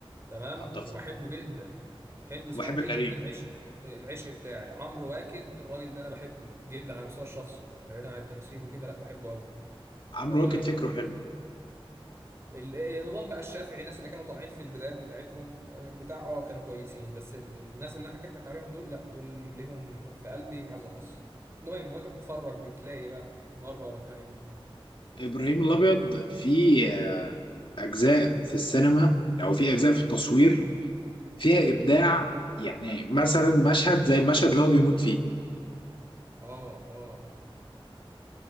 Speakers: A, on the right (about 30°); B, on the left (about 60°).
A: تمام
B: اتفق
A: وبحبه جدا هند صبري
B: وبحب كريم
A: من العشق العشق بتاعي عمرو واكد الراجل ده انا بحبه جدا على المستوى الشخصي يعني بعيدا عن التمثيل وكده لا بحبه قوي
B: عمرو
A: آه
B: واكد فكره حلو
A: ال- نضال بقى الشافعي الناس اللي كانوا طالعين في البدايات بتاعتهم آه، البتاع اه كانوا كويسين بس ال- الناس اللي انا حكيت لك عليهم دول لا دول ليهم في قلبي معزه خاصه المهم وانت بتتفرج بتلاقي ايه بقى مره ورا التانيه
B: ابراهيم الابيض فيه اجزاء في السينما او فيه اجزاء في التصوير فيها ابداع يعني مثلا مشهد زي المشهد اللي هو بيموت فيه
A: اه اه